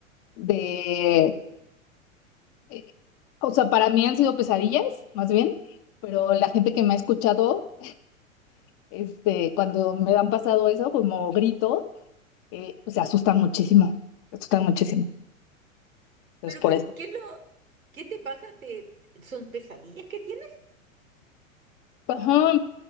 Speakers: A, on the left; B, on the right.
A: de, eh, o sea, para mí han sido pesadillas, más bien, pero la gente que me ha escuchado, este, cuando me han pasado eso, como grito, eh, pues se asustan muchísimo, se asustan muchísimo. Entonces,
B: Pero
A: por
B: ¿qué,
A: eso.
B: qué es lo, qué te pasa? ¿Te, son pesadillas que tienes?
A: Ajá,